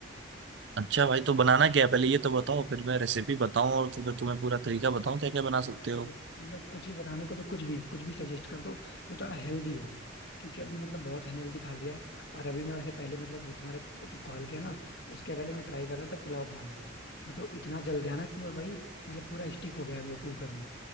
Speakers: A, on the right (about 60°); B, on the left (about 55°).
A: अच्छा भाई तो बनाना क्या है पहले ये तो बताओ फिर मैं रेसिपी बताऊं और तो फिर तुम्हें पूरा तरीका बताऊं क्या क्या बना
B: यार
A: सकते
B: देखो
A: हो
B: मतलब कुछ भी बनाने को तो कुछ भी कुछ भी सजेस्ट कर दो जो थोड़ा हेल्दी हो क्योंकि अभी मतलब बहुत अनहेल्दी खा लिया है और अभी मैं वैसे पहले मतलब तुम्हारे को- जो कॉल किया ना उसके पहले मैं ट्राई कर रहा था पुलाव बनाने का बट वो इतना जल गया ना कि वो भाई मतलब पूरा स्टिक हो गया है वो कुकर में